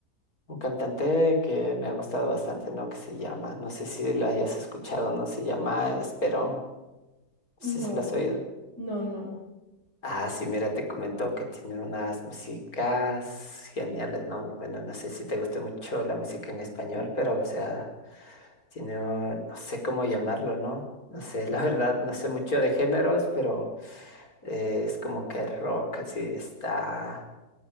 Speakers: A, on the left (about 70°); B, on the right (about 50°).
A: un cantante que me ha gustado bastante, ¿no? Que se llama, no sé si lo hayas escuchado, no se llama Esperón, no
B: No,
A: sé si lo has oído.
B: no, no.
A: Ah, sí, mira, te comentó que tiene unas músicas geniales, ¿no? Bueno, no sé si te guste mucho la música en español, pero, o sea, tiene, un- no sé cómo llamarlo, ¿no? No sé, <laughs> la verdad, no sé mucho de géneros, pero eh, es como que rock, así está